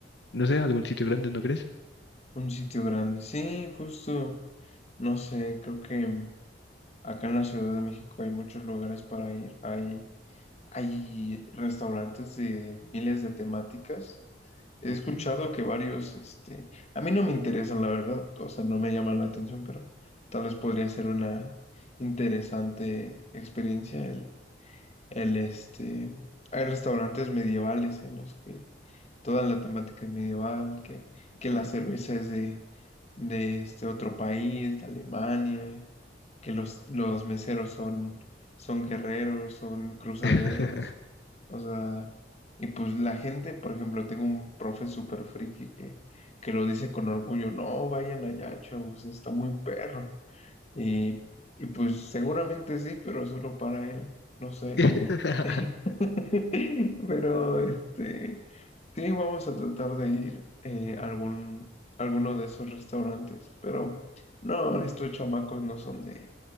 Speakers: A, on the left; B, on the left.
A: no sé, algún sitio grande, ¿no crees?
B: Un sitio grande, sí, justo, no sé, creo que mm, acá en la Ciudad de México hay muchos lugares para ir, hay, hay restaurantes de miles de temáticas He
A: Ujú.
B: escuchado que varios, este, a mí no me interesan, la verdad, o sea, no me llaman la atención, pero tal vez podría ser una interesante experiencia el, el, este, hay restaurantes medievales en los que toda la temática es medieval, que, que la cerveza es de, de este otro país, de Alemania, que los, los meseros son, son guerreros, son cruzaderos,
A: <laughs>
B: o sea, y pues la gente, por ejemplo, tengo un profe súper friki que, que lo dice con orgullo, no, vayan allá, chavos, está muy perro, y, y pues seguramente sí, pero solo para él, no sé.
A: <laughs>
B: <laughs> Pero este, sí, vamos a tratar de ir eh, a algún, alguno de esos restaurantes. Pero no, estos chamacos no son de,